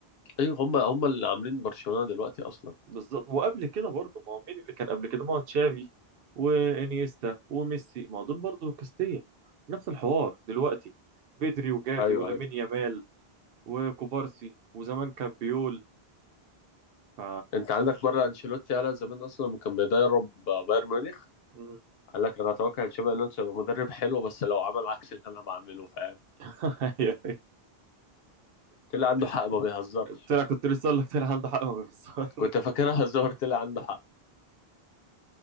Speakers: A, on the left; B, on the right.
A: أيوة هما هما اللي عاملين برشلونة دلوقتي أصلا
B: بالظبط وقبل كده برضه ما هو مين اللي كان قبل كده ما هو تشافي وانيستا وميسي ما هو دول برضه كاستيا نفس الحوار دلوقتي بدري وجافي
A: أيوة
B: ولامين
A: أيوة
B: يامال وكوبارسي وزمان كان بيول ف
A: أنت عندك بره أنشيلوتي قالها زمان أصلا لما كان بيدرب بايرن ميونخ
B: مم.
A: قال لك أنا أتوقع إن تشابي ألونسو يبقى مدرب حلو بس لو عمل عكس اللي أنا بعمله فاهم
B: <laughs> أيوة.
A: طلع عنده حق ما بيهزرش
B: طلع كنت لسه اقول لك طلع عنده حق <laughs> ما بيخسرش.
A: كنت فاكرها هزار طلع عنده حق